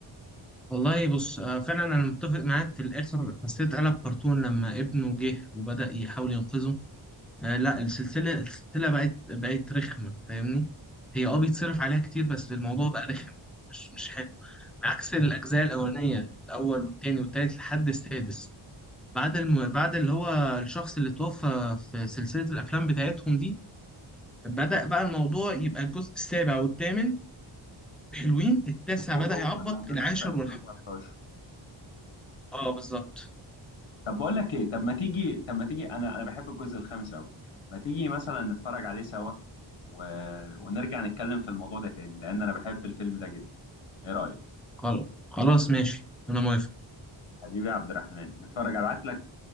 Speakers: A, in the centre; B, on the left (about 65°).
A: والله بص آه، فعلا انا متفق معاك في الاخر حسيت قلب كرتون لما ابنه جه وبدأ يحاول ينقذه آه لا السلسلة السلسلة بقت بقت رخمة فاهمني؟ هي اه بيتصرف عليها كتير بس الموضوع بقى رخم مش مش حلو عكس الاجزاء الاولانية الاول والتاني والتالت لحد السادس بعد الم... بعد اللي هو الشخص اللي توفى في سلسلة الافلام بتاعتهم دي بدأ بقى الموضوع يبقى الجزء السابع والثامن حلوين التاسع
B: بول
A: بدأ
B: ووكر
A: يعبط
B: لما
A: العاشر
B: مات في 2013
A: والحادي اه بالظبط
B: طب بقول لك ايه طب ما تيجي طب ما تيجي انا انا بحب الجزء الخامس قوي ما تيجي مثلا نتفرج عليه سوا و... ونرجع نتكلم في الموضوع ده تاني لان انا بحب الفيلم ده جدا ايه رأيك
A: خلاص خلاص ماشي انا موافق
B: حبيبي يا عبد الرحمن نتفرج ابعت لك